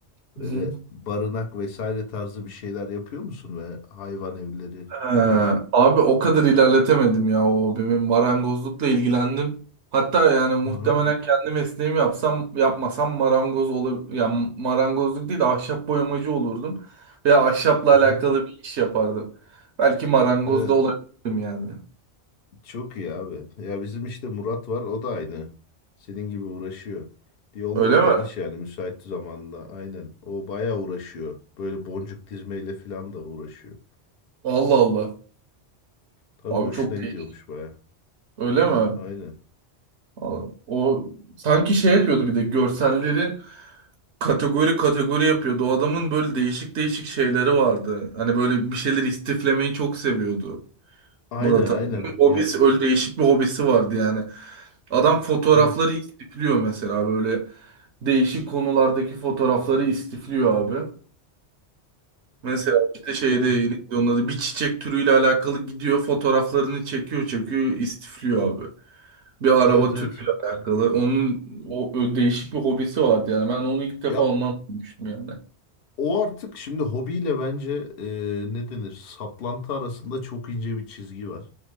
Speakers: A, on the right; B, on the left.
A: Hı
B: Böyle
A: hı.
B: barınak vesaire tarzı bir şeyler yapıyor musun ve hayvan evleri
A: Ha,
B: böyle?
A: abi o kadar ilerletemedim ya o hobimi. Marangozlukla ilgilendim. Hatta yani muhtemelen
B: Hı hı.
A: kendi mesleğimi yapsam yapmasam marangoz olur ya marangozluk değil de ahşap boyamacı olurdum ve ahşapla
B: hı
A: alakalı
B: hı.
A: bir iş yapardım. Belki marangoz
B: Evet.
A: da olabilirdim yani.
B: Çok iyi abi. Ya bizim işte Murat var o da aynı. Senin gibi uğraşıyor. Bir olmadı
A: Öyle mi?
B: danış yani müsait zamanla. Aynen. O bayağı uğraşıyor. Böyle boncuk dizmeyle falan da uğraşıyor.
A: Allah Allah.
B: Tabii
A: Abi
B: hoşuna
A: çok
B: gidiyormuş
A: iyi.
B: bayağı.
A: Öyle mi?
B: Aynen.
A: O, o sanki şey yapıyordu bir de görselleri kategori kategori yapıyordu. O adamın böyle değişik değişik şeyleri vardı. Hani böyle bir şeyler istiflemeyi çok seviyordu
B: Aynen
A: Murat abi.
B: aynen
A: Hobisi
B: yani
A: öyle değişik bir hobisi vardı yani. Adam fotoğrafları
B: evet
A: istifliyor mesela böyle değişik konulardaki fotoğrafları istifliyor abi. Mesela işte şeyde
B: evet
A: neydi onun adı? bir çiçek türüyle alakalı gidiyor fotoğraflarını çekiyor çekiyor istifliyor abi. Bir araba
B: evet
A: türüyle
B: evet
A: alakalı. Onun o, o değişik bir hobisi vardı yani. Ben onu ilk defa
B: ya
A: ondan duymuştum yani.
B: o artık şimdi hobiyle bence e, ne denir saplantı arasında çok ince bir çizgi var.